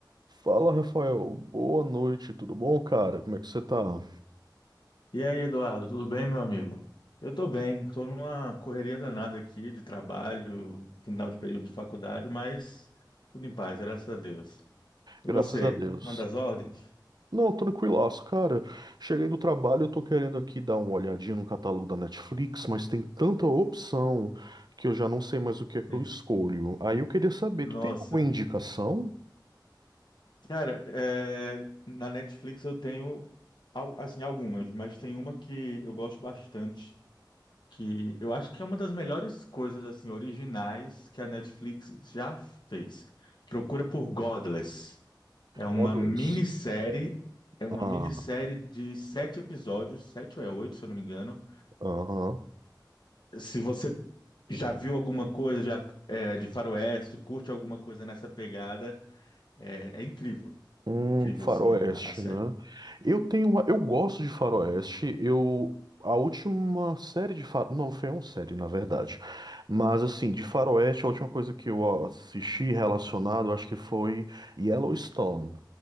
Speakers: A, on the right; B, on the left.
A: Fala, Rafael. Boa noite, tudo bom, cara? Como é que você tá?
B: E aí, Eduardo, tudo bem, meu amigo? Eu tô bem, tô numa correria danada aqui de trabalho, final de período de faculdade, mas tudo em paz, graças a Deus. E
A: Graças
B: você,
A: a Deus.
B: manda as ordens?
A: Não, tranquilaço, cara. Cheguei do trabalho, eu tô querendo aqui dar uma olhadinha no catálogo da Netflix, mas tem tanta opção que eu já não sei mais o que é que
B: <laughs>
A: eu escolho. Aí eu queria saber,
B: Nossa.
A: tu tem alguma indicação?
B: Cara, é, na Netflix eu tenho al- assim algumas, mas tem uma que eu gosto bastante, que eu acho que é uma das melhores coisas assim originais que a Netflix já fez. Procura por Godless. É uma
A: Godless.
B: minissérie, é uma
A: Ah,
B: minissérie de sete episódios, sete ou é oito, se eu não me engano.
A: aham.
B: É, se você já viu alguma coisa já é, de Faroeste, curte alguma coisa nessa pegada, é, é incrível.
A: Hum,
B: Incrível,
A: faroeste,
B: assim, a, a série.
A: né? Eu tenho uma, eu gosto de faroeste. Eu a última série de fa... não foi uma série, na verdade. Mas assim, de faroeste, a última coisa que eu assisti relacionado, eu acho que foi Yellowstone.